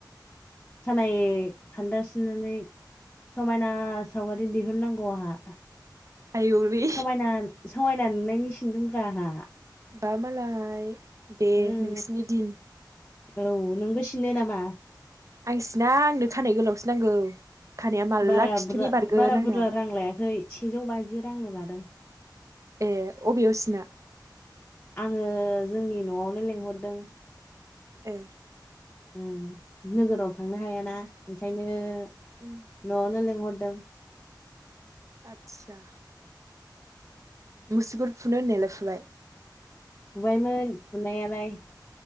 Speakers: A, on the left; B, on the right.
A: खानाय खान्दासिननानै समायना सावगारि दिहुननांगौ आंहा
B: आयैउरि
A: समायना समायना नुनायनि सिनदोंब्रा आंहा
B: बामालाय दे
A: उम
B: नोंसिनि दिन
A: औ नोंबो सिनो नामा
B: आं सिना आंनो खानाय गोलावसो नांगौ खानाया माला
A: बारा
B: खिथुनि
A: बुरजा
B: बारगोन
A: बारा
B: आंना
A: बुरजा रां लायाखै सेजौ बाजि रांल' लादों
B: ए अबेयाव सिना
A: आङो जोंनि न'आवनो लेंंहरदों
B: ए
A: उम नोगोराव थांनो हायाना ओंखायनो न'आव
B: उम
A: नो लेंंहरदों
B: आतसा मुसुगुर फुनो होन्नायालाय फुबाय
A: फुबायमोन फुनायालाय